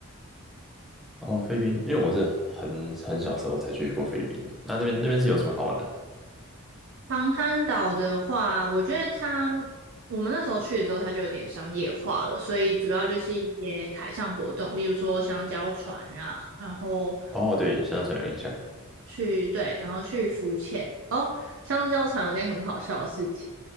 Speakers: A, in the centre; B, on the right.
A: 哦，菲律宾，因为我是很很小时候才去过菲律宾的，那那边那边是有什么好玩的？
B: 长滩岛的话，我觉得它，我们那时候去的时候，它就有点商业化了，所以主要就是一些海上活动，例如说香蕉船啊，然后
A: 哦，对，香水有印象，
B: 去，对，然后去浮潜。哦，香蕉船有件很好笑的事情，